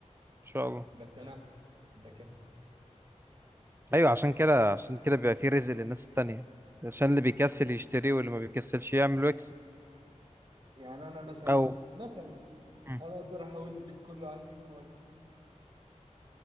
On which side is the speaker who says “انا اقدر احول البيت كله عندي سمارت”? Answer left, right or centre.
Right